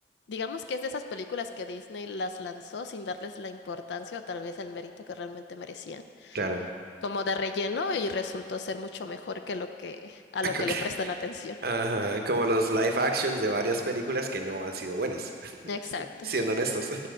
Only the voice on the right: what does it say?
Claro.
<laughs>
Ok.
Ajá, como los live actions de varias películas que no han sido buenas, <laughs>
siendo honestos.